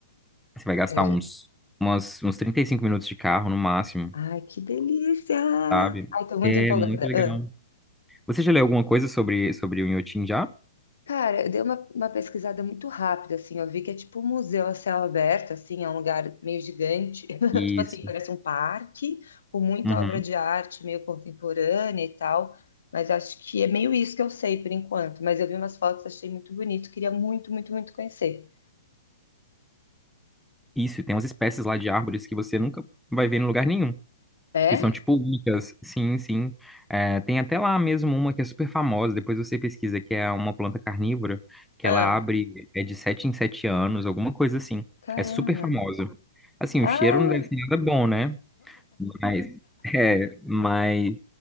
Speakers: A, in the centre; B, on the left.
A: você vai gastar
B: Eu-
A: uns, umas, uns 35 minutos de carro no máximo,
B: Ai, que delícia!
A: sabe?
B: Ai, tô muito
A: É
B: empolgada.
A: muito legal. Você já leu alguma coisa sobre, sobre o Inhotim já?
B: Cara, eu dei uma, uma pesquisada muito rápida, assim, eu vi que é tipo um museu a céu aberto, assim, é um lugar meio gigante, <laughs>
A: Isso.
B: tipo assim, parece um parque, com muita
A: Uhum.
B: obra de arte, meio contemporânea e tal, mas acho que é meio isso que eu sei por enquanto, mas eu vi umas fotos, achei muito bonito, queria muito, muito, muito conhecer.
A: Isso, e tem umas espécies lá de árvores que você nunca vai ver em lugar nenhum,
B: É?
A: que são tipo únicas. Sim, sim. É, tem até lá mesmo uma que é super famosa, depois você pesquisa, que é uma planta carnívora, que
B: Ah,
A: ela abre é de 7 em 7 anos, alguma coisa assim.
B: caramba.
A: É super famosa. Assim,
B: Ah,
A: o cheiro não deve ser nada bom, né? Mas, <laughs> é, mas